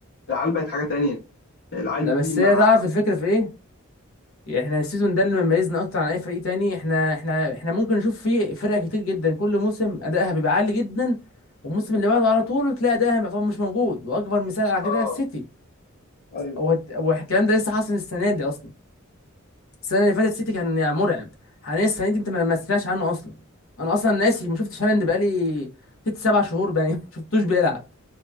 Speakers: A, on the left (about 50°); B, on the left (about 70°).
A: العيال بقت حاجة تانية العيال
B: لا بس
A: دي مع
B: هي تعرف الفكرة في ايه؟ يعني احنا السيزون ده اللي مميزنا اكتر عن اي فريق تاني احنا احنا احنا ممكن نشوف فيه فرق كتير جدا كل موسم ادائها بيبقى عالي جدا والموسم اللي بعده على طول تلاقي ادائها يعتبر مش موجود واكبر مثال على
A: اه
B: كده السيتي
A: ايوه
B: وهت- والكلام ده لسه حاصل السنة دي اصلا السنة اللي فاتت السيتي كان يعني مرعب حاليا السنة دي انت ما ما سمعتش عنه اصلا انا اصلا ناسي ما شفتش هالاند بقالي ست سبع شهور باين <laughs> ما شفتوش بيلعب